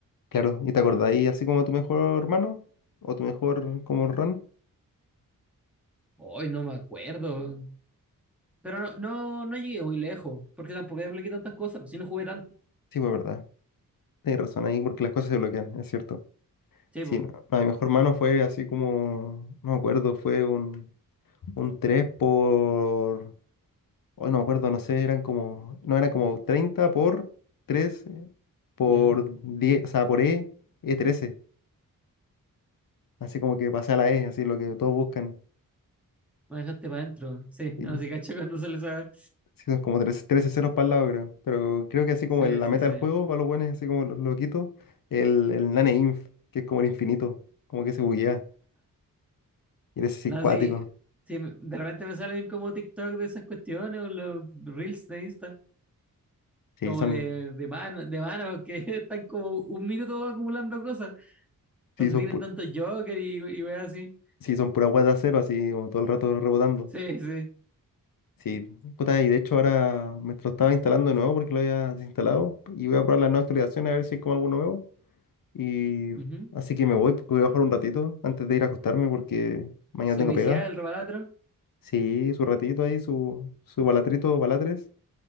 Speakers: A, on the left; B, in the centre.
A: Claro, ¿y te acordáis así como tu mejor hermano? ¿O tu mejor como Ron?
B: Hoy no me acuerdo. Pero no, no, no llegué muy lejos, porque tampoco desbloqueé tantas cosas, pues si no jugué tanto.
A: Sí, fue verdad. Tenéis razón ahí porque las cosas se bloquean, es cierto.
B: Sí,
A: Sí,
B: pues.
A: no, no, mi mejor hermano fue así como. No me acuerdo, fue un, un 3 por. Hoy no me acuerdo, no sé, eran como, no, eran como 30 por 3 eh, por
B: Ya,
A: 10 o sea, por E, e trece Así como que pasé a la E, así lo que todos buscan.
B: Me dejaste para adentro. Sí,
A: Y
B: así cacho cuando sale esa.
A: sí, son como 13, 13 ceros para el lado, creo. Pero creo que así
B: Sí,
A: como el- la
B: sí,
A: meta
B: sí.
A: del juego, para los buenos, así como lo, lo quito, el, el nane inf, que es como el infinito, como que se buguea. Y eres así
B: No,
A: cuático.
B: sí, sí, me- de repente me salen como TikTok de esas cuestiones o los reels de Insta,
A: Sí,
B: como
A: son,
B: de, de mano, de mano, que <laughs> están como un minuto acumulando cosas,
A: sí,
B: donde
A: son,
B: tienen
A: pu-
B: tantos Joker y, y weas así.
A: sí, son pura guata cero, así como todo el rato rebotando.
B: Sí, sí.
A: Sí, puta, y de hecho ahora me lo estaba instalando de nuevo porque lo había desinstalado y voy a probar las nuevas actualizaciones a ver si es como algo nuevo. Y
B: Ujú.
A: así que me voy porque voy a bajar un ratito antes de ir a acostarme porque mañana
B: Su
A: tengo
B: viciada,
A: pega.
B: el rebalatro.
A: Sí, su ratito ahí, su, su balatrito, balatres